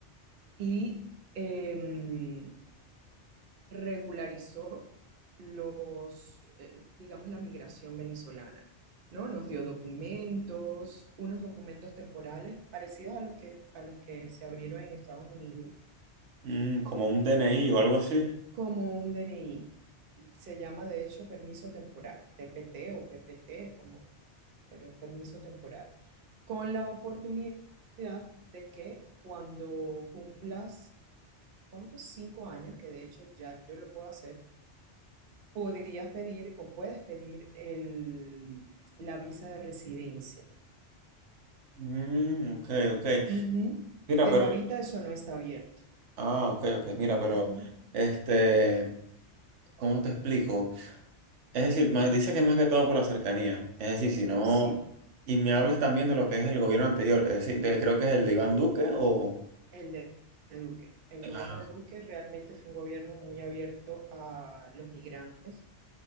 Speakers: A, on the right (about 55°); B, on the right (about 80°).
A: y em, regularizó los, eh, digamos, la migración venezolana, ¿no? Nos dio documentos, unos documentos temporales parecidos a los que, a los que se abrieron en Estados Unidos
B: Mm, como un DNI o algo así.
A: como un DNI. Se llama de hecho permiso temporal, TPT o PPT, como, pero permiso temporal, con la oportunidad de que cuando cumplas, ¿cuántos? Cinco años, que de hecho ya yo lo puedo hacer, podrías pedir o puedes pedir el, la visa de residencia.
B: Mm, ok, ok.
A: Ujú.
B: Mira,
A: Pero
B: pero,
A: ahorita eso no está abierto.
B: ah, ok, ok, mira, pero,
A: Ujú.
B: este, ¿cómo te explico? Es decir, más- dice que más que todo por la cercanía. Es decir, si no...
A: Sí.
B: Y me hablas también de lo que es el gobierno anterior. Es decir, de- creo que es el de Iván Duque o...
A: el de Duque. El gobierno
B: Ah,
A: de Duque realmente fue un gobierno muy abierto a los migrantes.